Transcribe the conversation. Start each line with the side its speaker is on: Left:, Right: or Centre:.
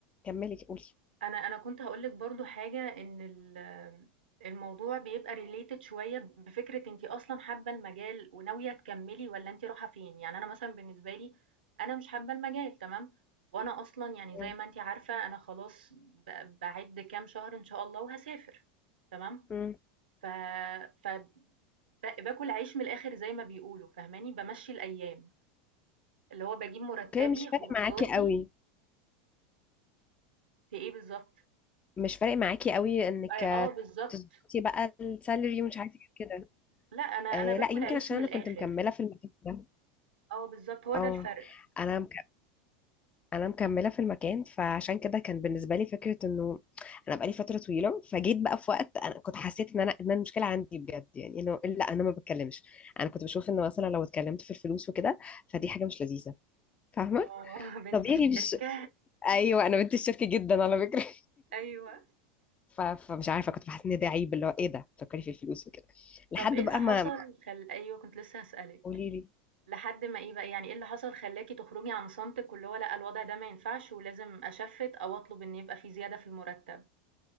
Left: كملي قولي
Right: أنا أنا كنت هاقول لِك برضه حاجة إن ال الموضوع بيبقى related شوية بفكرة أنتِ أصلًا حابة المجال وناوية تكمّلي والّا أنتِ رايحة فين، يعني أنا مثلًا بالنسبة لي أنا مش حابة المجال تمام، وأنا أصلًا يعني زي
Left: مم.
Right: ما أنتِ عارفة أنا خلاص ب باعِد كام شهر إن شاء الله وهاسافر تمام،
Left: مم.
Right: ف ف ب باكل عيش من الآخر زي ما بيقولوا فاهماني، بامشّي الأيام، اللي هو باجيب مُرتّبي،
Left: اوكي مش
Right: خروجاتي
Left: فارق معاكي قوي
Right: في إيه بالضبط،
Left: مش فارق معاكي قوي انك
Right: آآ
Left: آه،
Right: آه بالضبط.
Left: تظبطي بقى السالري ومش عارفه إيه كده
Right: لأ، أنا أنا
Left: آه
Right: باكل
Left: لا يمكن
Right: عيش
Left: عشان
Right: من
Left: انا
Right: الآخر.
Left: كنت مكمله في المكان ده
Right: آه بالضبط، هو
Left: اه
Right: ده الفرق.
Left: انا مك... انا مكمله في المكان فعشان كده كان بالنسبه لي فكره انه انا بقالي فتره طويله فجيت بقى في وقت انا كنت حسيت ان انا ان أنا المشكله عندي بجد يعني انه لا انا ما بتكلمش انا كنت بشوف ان مثلا لو اتكلمت في الفلوس وكده فدي حاجه مش لذيذه فاهمه
Right: آه، <laughs> بنت
Left: طبيعي
Right: الشركة
Left: مش <laughs> ايوه انا بنت الشركه جدا على فكره <laughs>
Right: أيوه.
Left: ف... فمش عارفه كنت بحس ان ده عيب اللي هو ايه ده تفكري في الفلوس وكده لحد
Right: طَب إيه
Left: بقى
Right: اللي حصل
Left: ما
Right: خل أيوه، كنت لسه هاسألِك.
Left: قولي لي
Right: لحد ما إيه بقى، يعني إيه اللي حصل خلّاكِ تخرجي عن صمتِك واللي هو لأ، الوضع ده ما ينفعش ولازم أشفِّت أو أطلب إن يبقى في زيادة في المرتب؟